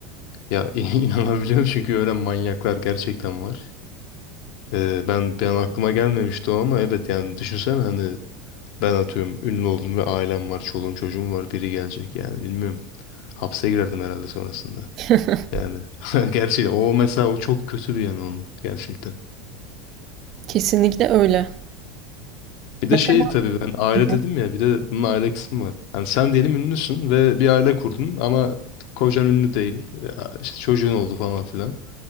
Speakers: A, on the left; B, on the right.
A: Ya <laughs> inanabiliyorum çünkü öyle manyaklar gerçekten var. Ee, ben ben aklıma gelmemişti o ama evet yani düşünsene hani ben atıyorum ünlü oldum ve ailem var, çoluğum çocuğum var biri gelecek yani bilmiyorum. Hapse girerdim herhalde sonrasında.
B: <laughs>
A: Yani <laughs> gerçekten o mesela o çok kötü bir yanı onun gerçekten.
B: Kesinlikle öyle.
A: Bir de
B: Mesela
A: şey tabii ben aile
B: Hı hı.
A: dedim ya bir de bunun aile kısmı var. Yani sen diyelim ünlüsün ve bir aile kurdun ama kocan ünlü değil. Ya işte çocuğun oldu falan filan.